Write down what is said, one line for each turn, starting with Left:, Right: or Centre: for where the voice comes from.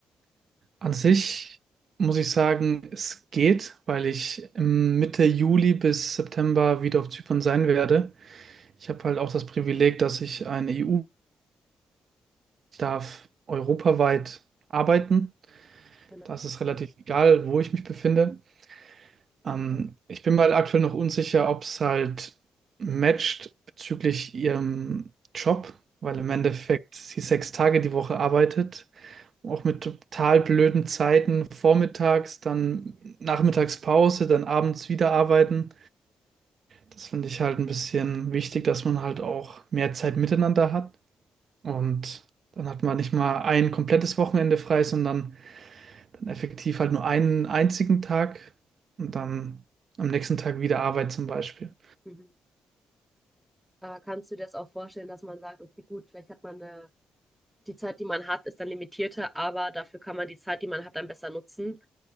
Right: An sich muss ich sagen, es geht, weil ich im Mitte Juli bis September wieder auf Zypern sein werde. Ich habe halt auch das Privileg, dass ich eine EU darf europaweit arbeiten.
Centre: Ja, nein.
Right: Das ist es relativ egal, wo ich mich befinde. Ähm, ich bin mir halt aktuell noch unsicher, ob es halt matcht bezüglich ihrem Job, weil
Centre: Mhm.
Right: im Endeffekt sie sechs Tage die Woche arbeitet, auch mit total blöden Zeiten, vormittags, dann Nachmittagspause, dann abends wieder arbeiten. Das finde ich halt ein bisschen wichtig, dass man halt auch mehr Zeit miteinander hat. Und dann hat man nicht mal ein komplettes Wochenende frei, sondern dann effektiv halt nur einen einzigen Tag und dann am nächsten Tag wieder Arbeit zum Beispiel.
Centre: Mhm. Aber kannst du dir das auch vorstellen, dass man sagt, okay, gut, vielleicht hat man eine, die Zeit, die man hat, ist dann limitierter, aber dafür kann man die Zeit, die man hat, dann besser nutzen?